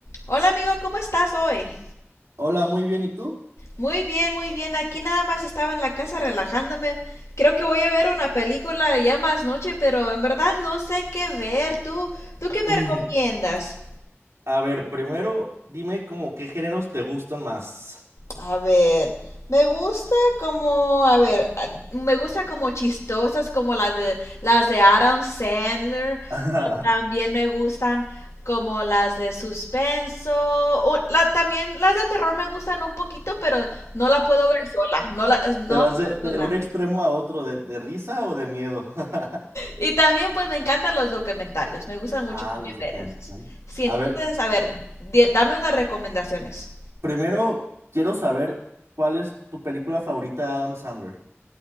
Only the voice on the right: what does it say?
Hola, muy bien, ¿y tú?
<laughs>
A ver, primero dime como qué géneros te gustan más.
<laughs>
¿Te vas de, de
un extremo a otro, de, de risa o de miedo? <laughs>
Ah,
los documentales.
A
ver,
primero quiero saber cuál es tu película favorita de Adam Sandler.